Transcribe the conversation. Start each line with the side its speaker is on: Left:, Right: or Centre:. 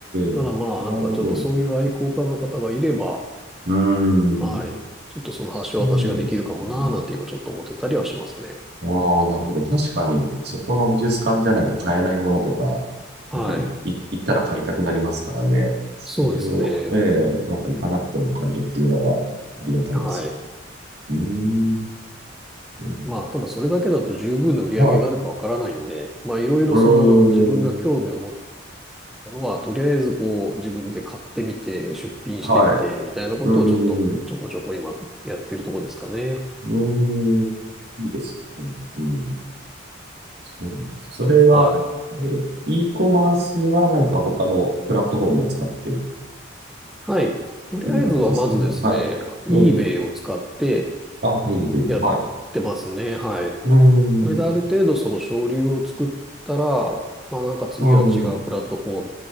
Centre: ただまあなんかちょっとそういう愛好家の方がいれば、
Right: え、なるほど。うん。
Centre: はい。ちょっとその橋渡しができるかもなーなんて今ちょっと思ってたりはしますね。
Right: そうですね。ああ、なるほど。確かに、そこの美術館じゃないと買えないものとか、
Centre: はい。
Right: やっぱりい行ったら買いたくなりますからね。それを、
Centre: そうですね。
Right: ええなんか行かなくても買えるっていうのはありがたいですよね。
Centre: はい。
Right: うーん。うん
Centre: まあ、ただそれだけだと十分な売り上げがあるかわからないんで、
Right: はい。
Centre: まあ、いろいろその自分が興味を持った
Right: うーん。
Centre: ものは、とりあえずこう、自分で買ってみて、出品してみて、
Right: はい。
Centre: みたいなことをちょっとちょこちょこ今やってるとこですかね。
Right: うーん。うーん。いいですね。うん。そうなんです。それは、
Centre: はい。
Right: え、e コマースはなんか他のプラットフォームを使ってっ
Centre: はい。とりあえずはまずですね、
Right: ていう形ですかね。はい。
Centre: eBay
Right: ええ
Centre: を使って
Right: あ、いい、いい、いいはい。
Centre: やってますね。はい。
Right: うん、
Centre: これである程度その省流を作ったら、まあなんか次は違うプラットフォ
Right: うん、